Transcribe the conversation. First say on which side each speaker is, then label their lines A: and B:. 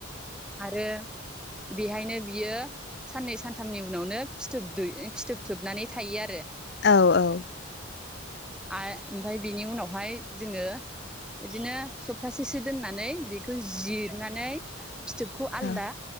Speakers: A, in the centre; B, on the left (about 55°).
A: आरो बेहायनो बियो साननै सानथामनि उनावनो फिथोब दै फिथोब थोबनानै थायो आरो
B: औ औ
A: आ ओमफ्राय बेनि उनावहाय जोङो बिदिनो सप्तासेसो दोननानै बेखौ जिरनानै फिथोबखौ आलदा
B: औ